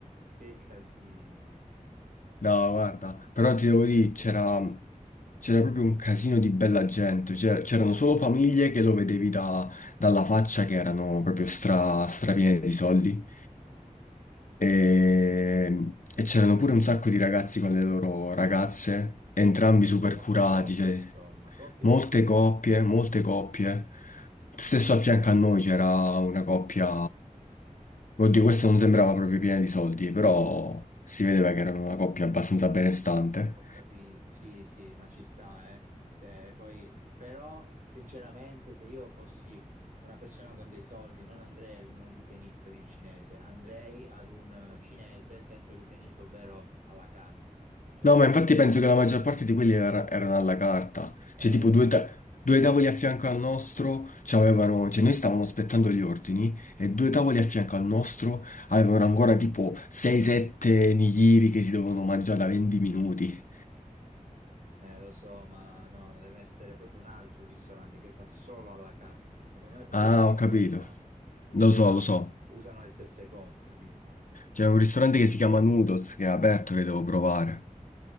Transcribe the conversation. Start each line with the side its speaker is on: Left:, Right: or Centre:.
Right: che casini.
Left: No, guarda, però ti devo dire, c'era c'era proprio un casino di bella gente, cioè, c'erano solo
Right: Sì.
Left: famiglie che lo vedevi da- dalla faccia che erano proprio stra, strapiene di soldi e, e c'erano pure un sacco di ragazzi con le loro ragazze, entrambi super
Right: Molte
Left: curati,
Right: coppie,
Left: cioè,
Right: insomma, coppie
Left: Molte
Right: e famiglie.
Left: coppie, molte coppie. Stesso a fianco a noi c'era una coppia. Oddio, questa non sembrava proprio piena di soldi, però si vedeva che erano una coppia abbastanza benestante.
Right: Ho capito, sì, sì, ma ci sta, eh. Se poi, però, sinceramente, se io fossi una persona con dei soldi, non andrei ad un all you can eat per il cinese, andrei ad un eh, cinese senza all you can eat, ovvero alla carte. Cioè,
Left: No, ma infatti penso che la maggior parte di quelli era- erano alla carta.
Right: eh,
Left: Cioè, tipo
Right: ma
Left: due, ta- due
Right: devi
Left: tavoli
Right: proprio...
Left: a fianco al nostro c'avevano. Cioè, noi stavamo aspettando gli ordini e due tavoli a fianco al nostro avevano ancora tipo 6-7 nigiri che si dovevano mangiare da 20
Right: Mm.
Left: minuti.
Right: Eh, lo so, ma no, no, deve essere proprio un altro ristorante che fa solo alla carte, perché secondo me quello
Left: Ah,
Right: vuol dire
Left: ho capito.
Right: qualità, perché
Left: Lo
Right: se
Left: so,
Right: no,
Left: lo so.
Right: cioè, usano le stesse cose, capito?
Left: C'è
Right: Eh,
Left: un ristorante che si chiama Noodles, che è aperto, che devo provare.